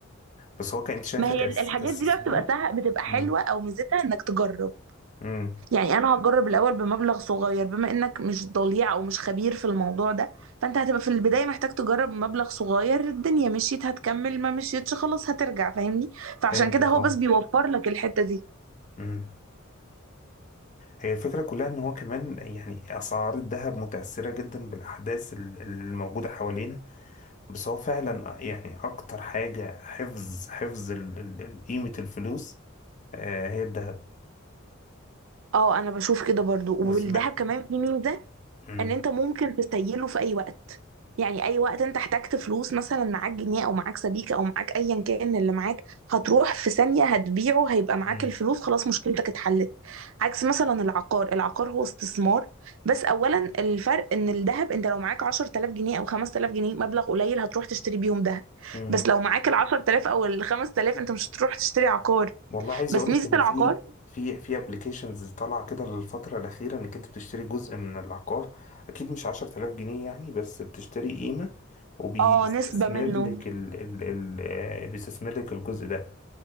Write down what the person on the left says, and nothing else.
بس هو كانت شايفه
كاس-
كاستثمار
امم
امم
فهمتك
اه
امم هي الفكرة كلها إن هو كمان يعني أسعار الذهب متأثرة جدا بالأحداث ال- الموجودة حوالينا بس هو فعلا يعني اكتر حاجة حفظ حفظ ال- ال- ال- قيمة الفلوس آه، هي الذهب
وسمع
مم.
مم.
مم.
والله عايز
اقول
لك ان
في في في ابلكيشنز طالعه كده للفتره الاخيره انك انت بتشتري جزء من العقار اكيد مش 10000 جنيه يعني بس بتشتري قيمه وبيستثمر
لك ال ال ال آه، بيستثمر لك الجزء ده